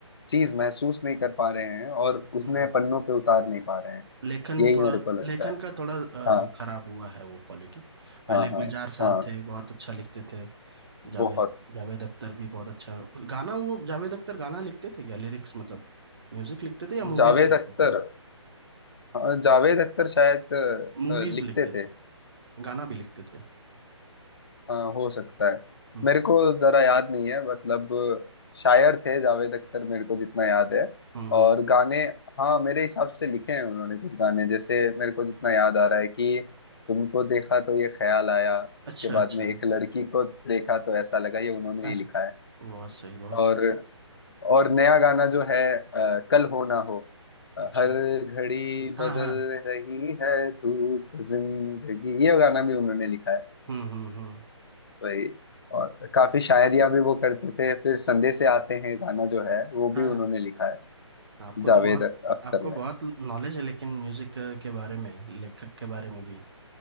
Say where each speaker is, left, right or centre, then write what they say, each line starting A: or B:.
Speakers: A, on the left; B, on the right.
A: चीज महसूस नहीं कर पा रहे हैं और उसने
B: हम्म, हम्म।
A: पन्नों पे उतार नहीं पा रहे हैं
B: लेखन
A: यही
B: थोड़ा
A: मेरे को लगता
B: लेखन
A: है
B: का थोड़ा
A: हाँ
B: अ, खराब हुआ है वो क्वालिटी पहले
A: हाँ
B: गुलजार
A: हाँ
B: साहब
A: हाँ
B: थे बहुत अच्छा लिखते थे जावेद
A: बहुत
B: जावेद अख्तर भी बहुत अच्छा गाना वो जावेद अख्तर गाना लिखते थे क्या लिरिक्स मतलब म्यूजिक लिखते थे या मूवीज
A: जावेद
B: लिखते
A: अख्तर
B: थे
A: हाँ, जावेद अख्तर शायद अ,
B: मूवीज
A: अ, लिखते
B: लिखते थे
A: थे
B: गाना भी लिखते थे
A: हाँ हो सकता है
B: हम्म
A: मेरे को जरा याद नहीं है मतलब शायर थे जावेद अख्तर मेरे को जितना याद है
B: हम्म
A: और
B: हम्म।
A: गाने हाँ मेरे हिसाब से लिखे हैं उन्होंने कुछ गाने जैसे मेरे को जितना याद आ रहा है कि तुमको देखा तो ये ख्याल आया
B: अच्छा
A: उसके बाद
B: अच्छा
A: में एक लड़की को देखा तो ऐसा लगा ये उन्होंने
B: हाँ,
A: ही लिखा है
B: बहुत सही बहुत
A: और
B: सही
A: और नया गाना जो है अ, कल हो ना हो अ,
B: अच्छा
A: हर घड़ी
B: हाँ
A: बदल
B: हाँ
A: रही है धूप जिंदगी ये गाना भी उन्होंने लिखा है
B: हम्म हम्म हम्म
A: वही और काफी शायरियां भी वो करते थे फिर संदेश से आते हैं गाना जो है वो
B: हाँ
A: भी
B: हाँ।
A: उन्होंने लिखा है
B: आपको
A: जावेद
B: तो बहुत
A: अख्तर
B: आपको
A: ने
B: बहुत नॉलेज है लेकिन म्यूजिक के बारे में लेखक के बारे में भी